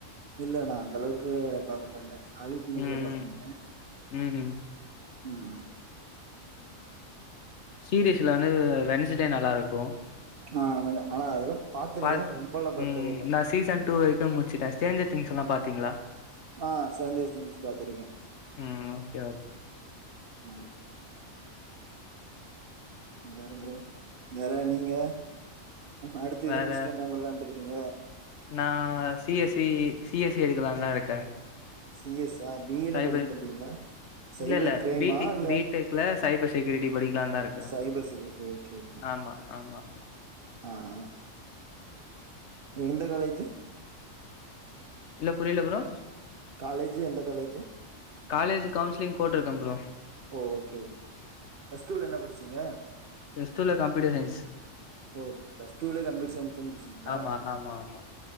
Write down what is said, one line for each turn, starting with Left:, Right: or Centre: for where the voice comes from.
Right: இல்ல நா அந்த அளவுக்கு பாக்க மாட்ட ஹாலிவுட் மூவிலா
Left: ம்
Right: பாக்க மாட்ட
Left: ம் ம்
Right: உம்
Left: சீரிஸ்ல வந்து வென்ஸ்டே நல்லா இருக்கு
Right: ஆ ஆனா அதெல்லா பாத்துருக்கே
Left: பாத்
Right: ரொம்ப எல்லா பாத்தது
Left: ம்
Right: இல்ல
Left: நா சீசன் டூ வரைக்கு முடிச்சுட்டே ஸ்ட்ரேன்ஜர் திங் சொன்னா பாத்தீங்களா
Right: ஆ சந்தே திங்ஸ் பாத்திருக்கே
Left: ம் ஓகே ஓகே
Right: ஆ வேறப் ப்ரோ வேற நீங்க அடுத்து
Left: வேற
Right: இது முடிச்சுட்டு என்ன பண்ணலா இருக் ங்க
Left: நா C S C C S C எடுக்கலாதா இருக்கே
Right: சிஎஸ் சா பிஇ எல்லா
Left: சைபர்
Right: படிக்க மாட்டீங்களா சைபர்
Left: இல்ல இல்ல
Right: கிரைமா
Left: பிடிக்
Right: இல்ல
Left: பி டெக்ல சைபர் செக்யூரிட்டி படிக்கலா தா இருக்க
Right: சைபர் செக்யூரிட்டி ஓகே ஓகே
Left: ஆ ஆமா ஆமா ஆமா
Right: ஆ அ எந்த காலேஜ்
Left: இல்ல புரியல ப்ரோ
Right: காலேஜ் எந்த காலேஜு
Left: காலேஜ் கவுன்சிலிங் போட்டிருக்கே ப்ரோ
Right: ஓ ஓகே பிளஸ் டூல என்ன படிச்சீங்க
Left: பிளஸ் டூல கம்ப்யூட்டர் சயின்ஸ்
Right: ஓ பிளஸ் டூல கம்பயூட்டர் சயின்ஸ்ச முடிச்சீங்களங்களா
Left: ஆமா ஆமா ஆமா